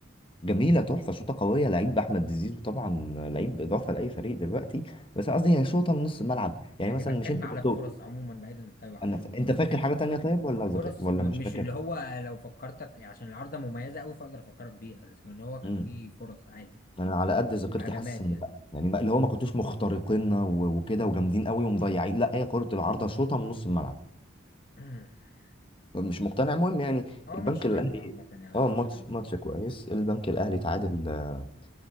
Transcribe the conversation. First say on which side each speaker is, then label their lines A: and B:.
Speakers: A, on the left; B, on the left.
A: جميلة تحفة شوطة قوية لعيب احمد زيزو طبعا لعيب اضافة لاي فريق دلوقتي بس أنا قصدي هي شوطة من نص الملعب يعني
B: اللي
A: مثلا
B: بتكلم
A: مش انت
B: على
A: كنت
B: الفرص عموما بعيدا طيب عن
A: انا
B: الشوتنج
A: ف... انت فاكر
B: كان
A: حاجة
B: في فرص
A: تانية طيب ولا ذك...
B: فرص
A: ولا
B: م-
A: مش
B: مش
A: فاكر
B: اللي هو لو فكرتك عشان العارضة مميزة قوي فاقدر افكرك بيها لكن هو كان
A: امم
B: في فرص عادي
A: انا على قد ذاكرتي
B: وهجمات
A: حاسس ان
B: يعني
A: لا يعني ما- اللي هو ما كنتوش مخترقين و... وكده وجامدين قوي ومضيعين لا هي كرة العارضة شوطة من نص الملعب
B: <clears throat>
A: مش مقتنع المهم يعني
B: هو
A: البنك
B: ماتش حلو
A: الاهلي
B: عامة يعني
A: اه
B: ماتش
A: ماتش
B: كان جميل
A: ماتش كويس البنك الاهلي تعادل آه،